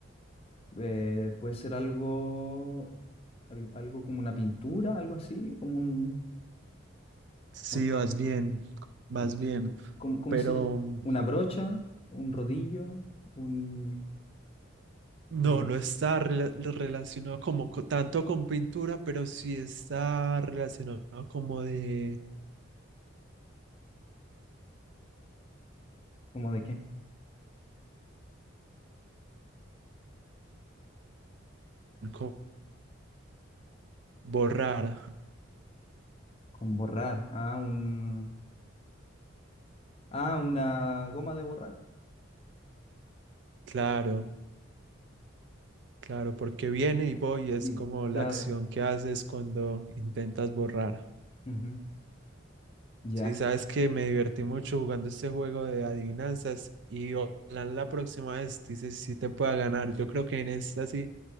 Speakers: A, on the left; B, on the right.
A: Eh, puede ser algo, al- algo como una pintura, algo así, como un,
B: sí,
A: un-
B: vas bien, vas
A: un-
B: bien,
A: como- ¿cómo
B: pero
A: se ll-
B: mm,
A: Una brocha, un rodillo, un,
B: no,
A: eh,
B: no está rela- relacionado como co- tanto con pintura, pero sí está relacionado como de
A: ¿cómo de qué?
B: con borrar,
A: Con borrar, ah, un, ah, una goma de borrar.
B: <laughs> claro. Claro, porque viene y voy es
A: Y
B: como la
A: claro,
B: acción que haces cuando intentas borrar.
A: ujú, ya,
B: Sí, sabes que me divertí mucho jugando este juego de adivinanzas y ojalá la próxima vez dices si te pueda ganar. Yo creo que en esta sí